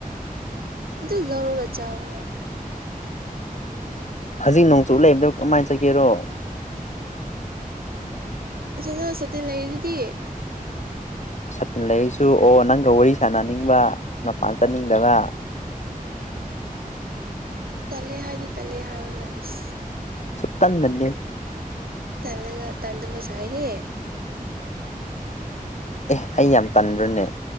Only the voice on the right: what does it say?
ꯑꯗꯨ ꯂꯧꯔꯒ ꯆꯥꯑꯣꯅ
ꯑꯗꯨ ꯅꯪ ꯁꯥꯇꯤꯟ ꯂꯩꯔꯤꯗꯨꯗꯤ
ꯇꯜꯂꯦ ꯍꯥꯏꯗꯤ ꯇꯜꯂꯦ ꯍꯥꯏꯌꯣꯅ ꯏꯁ
ꯇꯜꯂꯦꯒ ꯇꯟꯗꯕ ꯁꯥꯏꯍꯦ